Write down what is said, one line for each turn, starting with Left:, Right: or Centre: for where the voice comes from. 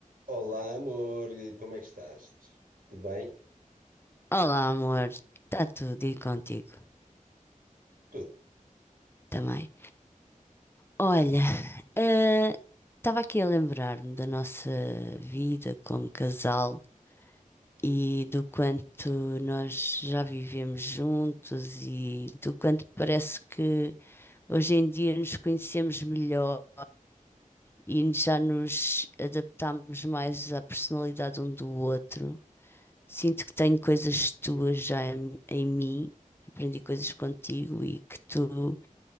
Right: Olá, amor, como é que estás? Tudo bem?
Left: Olá, amor. Está tudo e contigo
Right: Tudo.
Left: também. Olha, eh, estava aqui a lembrar-me da nossa vida como casal e do quanto nós já vivemos juntos e do quanto parece que hoje em dia nos conhecemos melhor e já nos adaptámos mais à personalidade um do outro. Sinto que tenho coisas tuas já em, em mim, aprendi coisas contigo e que tu.